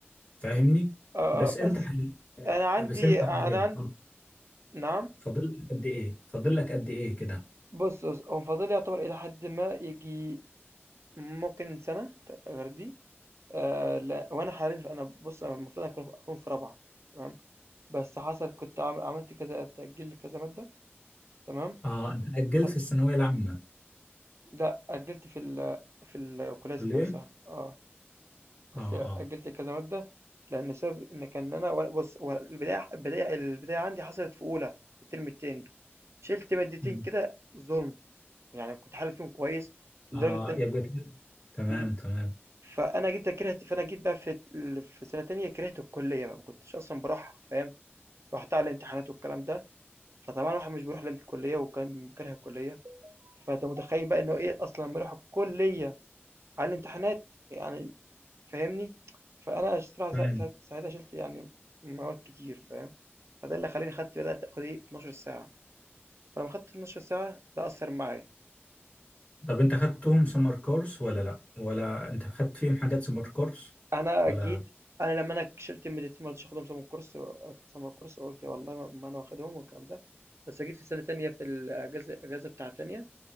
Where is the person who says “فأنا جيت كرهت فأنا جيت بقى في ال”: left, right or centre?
Right